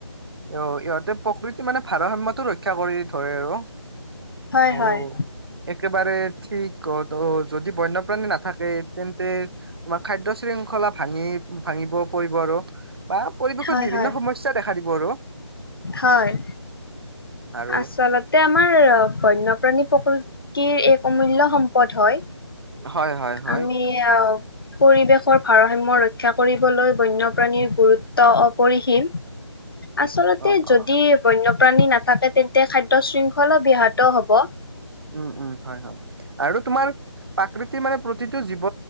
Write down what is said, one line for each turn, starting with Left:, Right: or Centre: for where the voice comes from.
Right: অ ইহঁতে প্ৰকৃতি মানে ভাৰসাম্যতা ৰক্ষা কৰি ধৰে আৰু
Left: হয়
Right: আৰু,
Left: হয়
Right: একেবাৰে ঠিক ক ত যদি বন্যপ্ৰাণী নাথাকে তেন্তে তোমাৰ খাদ্য শৃংখলা ভাঙি ভাঙি নি পৰিব আৰু বা পৰিৱেশত
Left: হয়
Right: বিভিন্ন
Left: হয়
Right: সমস্যা দেখা দিব আৰু
Left: হয়
Right: আৰু
Left: আচলতে আমাৰ বন্যপ্ৰাণী প্ৰকৃতিৰ এক অমূল্য সম্পদ হয়।
Right: হয় হয় হয়
Left: আমি আহ পৰিৱেশৰ ভাৰসাম্য ৰক্ষা কৰিবলৈ বন্যপ্ৰাণীৰ গুৰুত্ব পহিম আচলতে
Right: অ
Left: যদি
Right: অ
Left: বন্য প্ৰাণী নাথাকে তেন্তে খাদ্য শৃংখলা ব্যয়াহত হব।
Right: উম উম হয় হয় আৰু তোমাৰ প্ৰাকৃতিৰ মানে প্ৰতি টো জীৱ